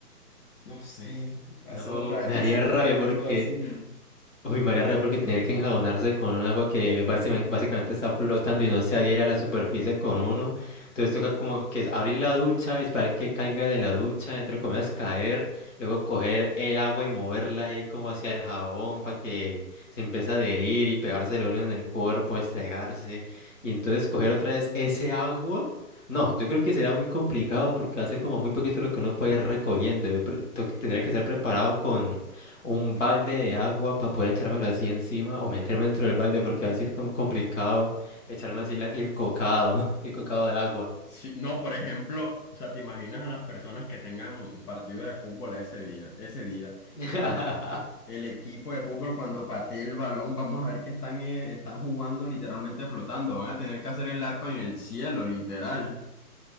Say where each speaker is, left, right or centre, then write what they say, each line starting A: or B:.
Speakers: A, on the left (about 75°); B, on the left (about 50°).
A: no sé, va
B: No,
A: a ser rarísimo
B: me daría rabia
A: un
B: porque
A: mundo así.
B: Uy, María Rea, porque tener que enjabonarse con un agua que básicamente, básicamente está flotando y no se adhiera a la superficie con uno. Entonces toca como que es abrir la ducha, esperar que caiga de la ducha, entre comillas caer, luego coger el agua y moverla ahí como hacia el jabón para que se empiece a adherir y pegárselo uno en el cuerpo, estregarse. Y entonces coger otra vez ese agua. No, yo creo que será muy complicado porque va a ser como muy poquito lo que uno puede ir recogiendo. Yo pre- to- Tendría que estar preparado un balde de agua para poder echármelo así encima o meterme dentro del balde porque va a ser com- complicado echarme así la- el cocado, <laughs> el cocado de agua.
A: Sí, no, por ejemplo, o sea, te imaginas a las personas que tengan partidos de fútbol ese día, ese día. O
B: <laughs>
A: sea, el equipo de fútbol cuando patee el balón, vamos a ver que están, eh, están jugando literalmente flotando. Van a tener que hacer el arco en el cielo, literal.